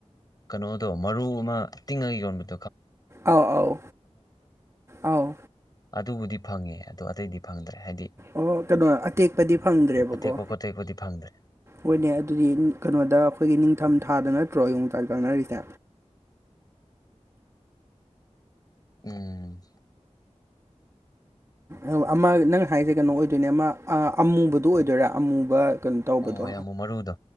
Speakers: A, on the left; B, on the right.
A: ꯀꯅꯣꯗꯣ ꯃꯔꯨ ꯑꯃ ꯇꯤꯡꯉꯒ ꯌꯣꯟꯕꯗ
B: ꯑꯥꯎ ꯑꯥꯎ ꯑꯥꯎ
A: ꯑꯗꯨꯕꯨꯗꯤ ꯐꯪꯉꯦ ꯑꯗꯣ ꯑꯇꯩꯗꯤ ꯐꯪꯗ꯭ꯔꯦ ꯍꯥꯏꯗꯤ
B: ꯑꯣ ꯀꯅꯣ ꯑꯇꯦꯛꯄꯗꯤ ꯐꯪꯗ꯭ꯔꯦꯕꯀꯣ
A: ꯑꯇꯦꯛꯄ ꯈꯣꯠꯇꯦꯛꯄꯗꯤ ꯐꯪꯗ꯭ꯔꯦ
B: ꯍꯣꯏꯅꯦ ꯑꯗꯨꯗꯤ ꯀꯩꯅꯣꯗ ꯑꯩꯈꯣꯏꯒꯤ ꯅꯤꯡꯊꯝ ꯊꯥꯗ ꯅꯠꯇ꯭ꯔꯣ ꯌꯣꯡꯆꯥꯛ ꯆꯥꯅꯔꯤꯁꯦ
A: ꯎꯝ
B: ꯎꯝ ꯑꯃ ꯅꯪ ꯍꯥꯏꯁꯦ ꯀꯩꯅꯣ ꯑꯣꯏꯗꯣꯏꯅꯦ ꯑꯃ ꯑꯃꯨꯕꯗꯨ ꯑꯣꯏꯗꯣꯏꯔꯥ ꯑꯃꯨꯕ ꯀꯩꯅꯣ ꯇꯧꯕꯗꯣ
A: ꯍꯣꯏ ꯍꯣꯏ ꯌꯥꯝꯃꯨ ꯃꯔꯨꯗꯣ